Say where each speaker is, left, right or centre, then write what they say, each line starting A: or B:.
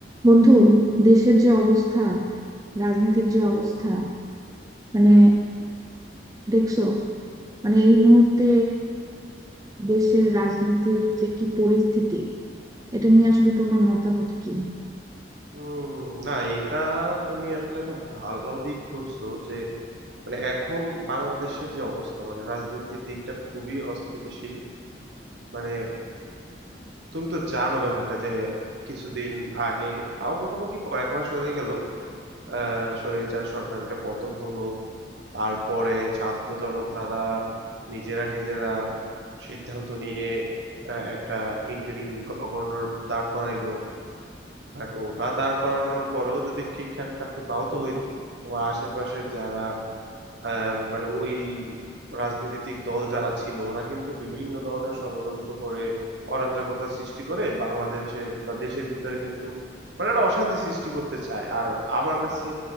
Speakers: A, on the right (about 20°); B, on the right (about 75°).
A: বন্ধু দেশের যে অবস্থা রাজনীতির যে অবস্থা মানে দেখছো মানে এই মুহূর্তে দেশের রাজনীতির যে কি পরিস্থিতি এটা নিয়ে আসলে তোমার মতামত কি
B: হুম না এটা তুমি আসলে একটা ভালো দিক ধরছো যে মানে এখন বাংলাদেশের যে অবস্থা মানে রাজনীতির দিকটা খুবই অস্থিতিশীল মানে তুমি তো জানো ব্যাপারটা যে কিছুদিন আগে তাও মোটামুটি কয়েক মাস হয়ে গেল আহ স্বৈরাচার সরকারের পতন হলো তারপরে ছাত্র জনতারা নিজেরা নিজেরা সিদ্ধান্ত নিয়ে আহ, একটা ইন্টারিম গভর্নর দাঁড় করাইলো বাট ওটা দাঁড় করানোর পরেও যদি ঠিকঠাক থাকতো তাও তো হইতো তোমার আশেপাশের যারা আহ, মানে ওই রাজনৈতিক দল যারা ছিল ওরা কিন্তু বিভিন্ন ধরনের ষড়যন্ত্র করে অরাজকতা সৃষ্টি করে বাংলাদেশে বা দেশের ভিতরে কিন্তু মানে একটা অশান্তি সৃষ্টি করতে চায় আর আমার কাছে